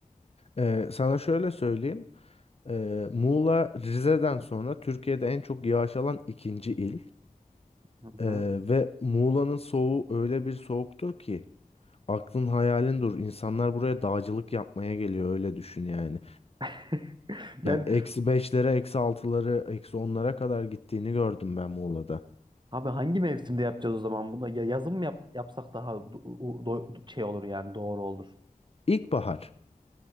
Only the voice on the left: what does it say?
E, sana şöyle söyleyeyim. E, Muğla Rize'den sonra Türkiye'de en çok yağış alan ikinci il.
Ee,
ve Muğla'nın soğuğu öyle bir soğuktur ki aklın hayalin dur. İnsanlar buraya dağcılık yapmaya geliyor öyle düşün yani.
Yani eksi beşlere, eksi altıları, eksi onlara kadar gittiğini gördüm ben Muğla'da.
İlkbahar.